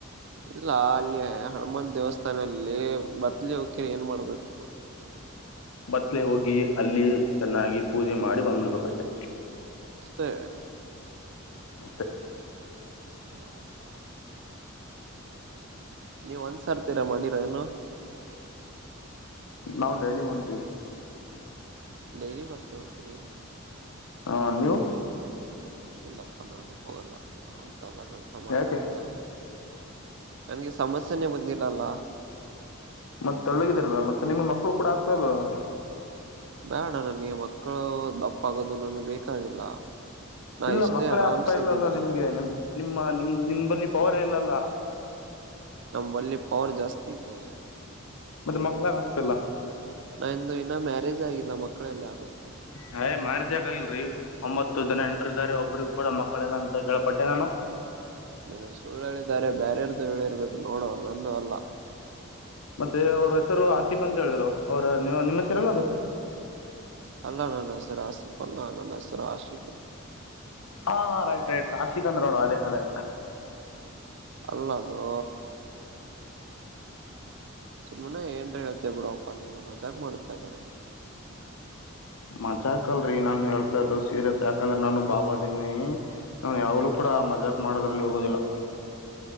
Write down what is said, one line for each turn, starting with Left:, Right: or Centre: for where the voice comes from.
Right: ಇಲ್ಲ ಅಲ್ಲಿಯ ಹನುಮನ್ ದೇವಸ್ಥಾನಲ್ಲಿ ಬತ್ಲಿ ಹೋಗಕ್ಯರಿ ಏನ್ ಮಾಡ್ಬೇಕು.
Left: ಬತ್ಲೆ ಹೋಗಿ ಅಲ್ಲಿ ಚೆನ್ನಾಗಿ ಪೂಜೆ ಮಾಡಿ ಬಂದ್ಬಿಡ್ಬೇಕಷ್ಟೆ.
Right: ಅಷ್ಟೇ.
Left: ಅಷ್ಟೇ.
Right: ಹೌದಾ. ನೀವ್ ಒಂದ್ಸಾರ್ತೀರಾ ಮಾಡಿರ ಏನು.
Left: ನಾವು ಡೈಲಿ ಮಾಡ್ತೀವಿ.
Right: ಡೈಲಿ ಬತ್ತಲೆ ಹೊತಿರಿ.
Left: ಹಾ ನೀವು,
Right: ಇಲ್ಲಪ್ಪ ನಾನು, ಹೋಗಲ್ಲ ಅಂತಲ್ಲ ಕೆಲ್ಸ ಮಾಡಿಲ್ಲ
Left: ಯಾಕ್.
Right: ಏನಾದ ನನ್ಗೆ ಸಮಸ್ಯೆನೆ ಬಂದಿಲ್ಲ. <unintelligible>
Left: ಮತ್ತೆ ತಳ್ಳಗಿದಾರಲ್ಲ ಮತ್ತೆ ನಿಮ್ ಮಕ್ಳು ಕೂಡ ಆಗ್ತಾ ಇಲ್ವಾಲ್.
Right: ಇಲ್ಲ ಅಣ್ಣ ನನಗೆ ಮಕ್ಕಳು ದಪ್ಪ ಆಗೋದು ನನಗೆ ಬೇಕಾಗಿಲ್ಲ. ನಾ
Left: ಇಲ್ಲ
Right: ಇಷ್ಟೇ
Left: ಮಕ್ಕಳೇ
Right: ಆರಾಮ್ಸ
Left: ಆಗ್ತಾ ಇಲ್ಲಲ್ಲ.
Right: ಇದ್ದೇನೆ
Left: ನಿಮ್ಗೆ ನಿಮ್ ನಿಮ್ಮ, ನಿಮ, ನಿಮ, ಬಲ್ಲಿ ಪವರ ಇಲ್ಲಲ್ಲ.
Right: ನಂಬಲ್ಲಿ ಪವರ್ ಜಾಸ್ತಿ ಇದೆ.
Left: ಮತ್ತೆ ಮಕ್ಳಾಗ ಆಗ್ತಿಲ್ಲ.
Right: ನಂದು ಇನ್ನ ಮ್ಯಾರೇಜ್ ಆಗಿಲ್ಲ ಮಕ್ಕಳೆಲ್ಲಿ ಆಗ್ಬೇಕು.
Left: ಹೇ ಮ್ಯಾರೇ ಯಾಕ್ ಆಗಿಲ್ರರಿ ಒಂಬತ್ತು ಜನ ಹೆಂಡ್ರು ಇದಾರೆ ಒಬ್ರಗ ಕೂಡ ಮಕ್ಕಳೆಲ್ಲ ಅಂತ ಕೇಳ್ಪಟ್ಟೆ ನಾನು.
Right: ನೀನು ಸುಳ್ಳು ಹೇಳಿದ್ದಾರೆ ಬೇರೆಯವರದು ಹೇಳಿರ್ಬೇಕು ನೋಡು ನಂದು ಅಲ್ಲ.
Left: ಮತ್ತೆ ಅವ್ರ ಹೆಸರು ಆಸೀಪ್ ಅಂತ ಹೇಳಿದ್ರು ಅವ್ರ ನಿಮ್ಮ ಹೆಸರೆ ಎಲ್ಲ ಅದು.
Right: ಅಲ್ಲ ನನ್ನ ಹೆಸರು ಆಸಿ ಲ್ಲ ನನ್ನ ಹೆಸರು ಆಗಿ
Left: ಹಾ ರೈಟ್ ರೈಟ್. ಕಾರ್ಷಿಕ ಅಂದ್ರುನೋಡು ಅದೇ ಅದೇ.
Right: ಅಲ್ಲದು. ಸುಮ್ಮನಾ ಏನ್ ಹೇಳ್ತೇ ಬಿಡಪ್ಪ ನೀನು ಮಜಾಕ ಮಾಡತೇ ಬರೀ.
Left: ಮಜಾಕ್ ಅಲ್ರರಿ ನಾನ್ ಹೇಳ್ತಾ ಇರದು ಸೀರಿಯಸ್ ಯಾಕಂದ್ರೆ ನಾನು ಬಾಬಾ ದನ್ನಿ ನಾನು ಯಾಗಲೂ ಕೂಡ ಮಜಾಕ್ ಮಾಡೋದ್ರಲ್ಲಿ ಹೋಗೋದಿಲ್ಲ.